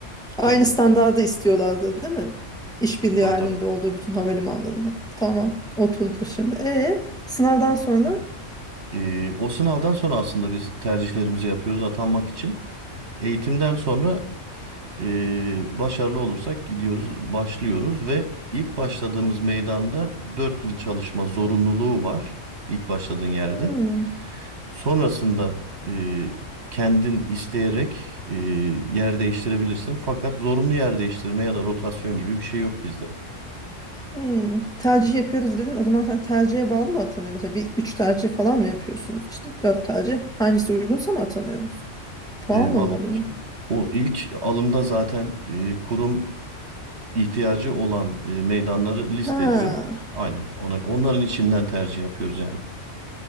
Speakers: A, in the centre; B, on the right.
A: Aynı
B: tabii
A: standardı
B: tabii
A: istiyorlardı, değil mi? İşbirliği
B: tabii
A: halinde
B: tabii.
A: olduğu bütün havalimanlarında. Tamam, oturdu şimdi. E sınavdan sonra
B: tabii. Ee, o sınavdan sonra aslında biz tercihlerimizi yapıyoruz atanmak için. Eğitimden sonra e, başarılı olursak gidiyoruz, başlıyoruz ve ilk başladığımız meydanda 4 yıl çalışma zorunluluğu var ilk başladığın yerde.
A: Hmm,
B: Sonrasında e, kendin isteyerek e, yer değiştirebilirsin. Fakat zorunlu yer değiştirme ya da rotasyon gibi bir şey yok bizde.
A: hmm. tercih yapıyoruz dedin. O zaman sen tercihe bağlı mı atanıyor? Mesela bir üç tercih falan mı yapıyorsunuz? İşte dört tercih. Hangisi uygunsa mı atanıyorsunuz? Puanla
B: E, vallahi
A: mı oluyor?
B: o ilk alımda zaten e, kurum ihtiyacı olan e, meydanları listeliyor.
A: Ha.
B: Aynen. Ona, onların içinden tercih yapıyoruz yani.